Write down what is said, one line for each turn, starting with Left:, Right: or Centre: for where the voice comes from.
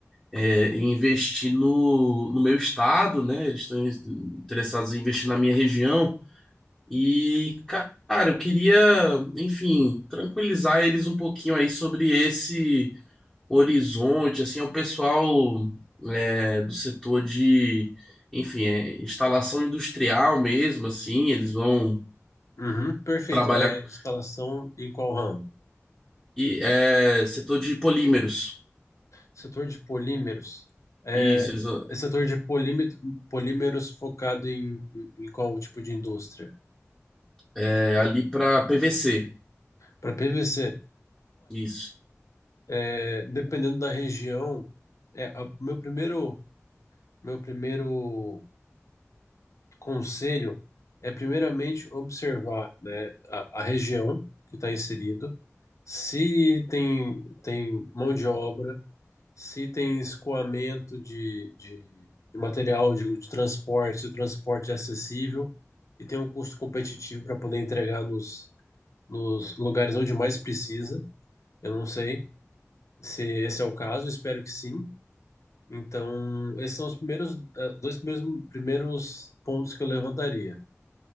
Centre: é, em investir no, no meu estado, né? Eles estão interessados em investir na minha região. E, cara, eu queria, enfim, tranquilizar eles um pouquinho aí sobre esse. Horizonte, assim, é o pessoal é, do setor de, enfim, é, instalação industrial mesmo, assim, eles vão
Left: Uhum, perfeito.
Centre: trabalhar
Left: É,
Centre: com-
Left: instalação em qual ramo?
Centre: e é, setor de polímeros.
Left: Setor de polímeros. É,
Centre: Isso, eles vão-
Left: é setor de polímet- polímeros focado em, em qual tipo de indústria?
Centre: é, ali para PVC.
Left: Para PVC.
Centre: Isso,
Left: É, dependendo da região, é, a- meu primeiro, meu primeiro conselho é primeiramente observar, né, a, a região que está inserido, se tem, tem mão de obra, se tem escoamento de, de, de material de, de transporte, se o transporte é acessível e tem um custo competitivo para poder entregar nos, nos lugares onde mais precisa. Eu não sei se esse é o caso, espero que sim. Então, esses são os primeiros, eh, dois primeiros, primeiros pontos que eu levantaria.